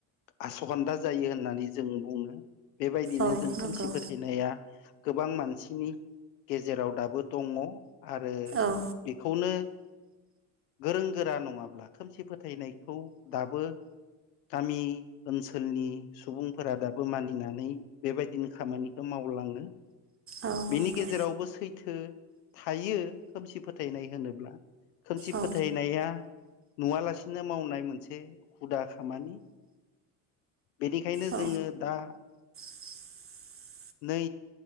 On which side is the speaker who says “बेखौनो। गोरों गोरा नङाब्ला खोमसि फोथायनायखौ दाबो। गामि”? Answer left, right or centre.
Left